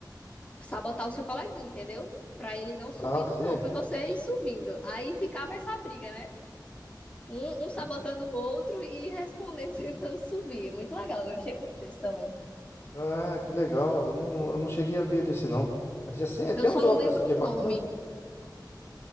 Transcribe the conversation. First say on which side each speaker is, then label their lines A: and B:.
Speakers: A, on the left; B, on the left.
A: sabotar o seu coleguinha, entendeu? Pra ele não subir
B: Ah,
A: no
B: sim.
A: topo e você ir subindo. Aí ficava essa briga, né? Um, um sabotando o outro e respondendo, <laughs> tentando subir. É Muito legal, gostei muito desse também.
B: Ah, que legal. Eu não, eu não cheguei a ver desse, não. Mas é, assim, é,
A: Eu
B: tem
A: só
B: uns jogos
A: não lembro
B: assim que é
A: o
B: bacana.
A: nome.